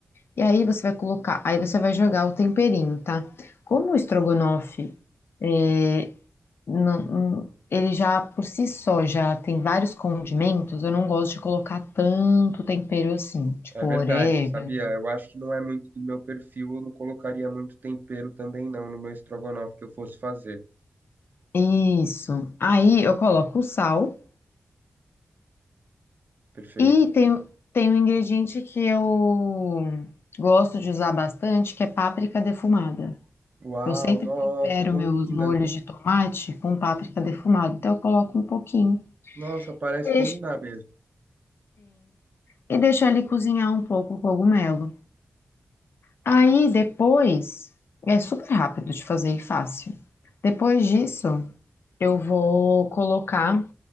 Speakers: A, on the left (about 65°); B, on the right (about 45°).
A: E aí você vai colocar, aí você vai jogar o temperinho, tá? Como o estrogonofe, é, não- não- ele já por si só já tem vários condimentos, eu não gosto de colocar tanto tempero assim, tipo
B: é verdade,
A: orégano
B: sabia? Eu acho que não é muito do meu perfil. Eu não colocaria muito tempero também não no meu estrogonofe que eu fosse fazer.
A: Isso. Aí eu coloco o sal
B: Perfeito?
A: e tem, tem um ingrediente que eu gosto de usar bastante, que é páprica defumada.
B: Uau,
A: Eu sempre
B: nossa,
A: tempero
B: combina.
A: meus molhos de tomate com páprica defumada, então eu coloco um pouquinho
B: Nossa, parece
A: e deixo,
B: combinar mesmo.
A: e deixo ali cozinhar um pouco o cogumelo. Aí depois, é super rápido de fazer e fácil. Depois disso, eu vou colocar